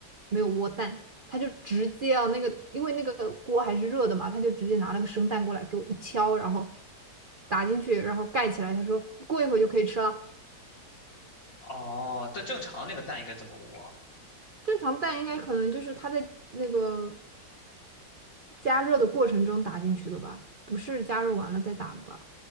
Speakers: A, on the right (about 55°); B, on the left (about 80°).
A: 没有窝蛋，他就直接啊那个，因为那个锅还是热的嘛，他就直接拿了个生蛋过来给我一敲，然后打进去，然后盖起来，他说过一会儿就可以吃了。
B: 哦，这正常那个蛋应该怎么捂啊
A: 正常蛋应该可能就是它在那个加热的过程中打进去的吧，不是加热完了再打的吧？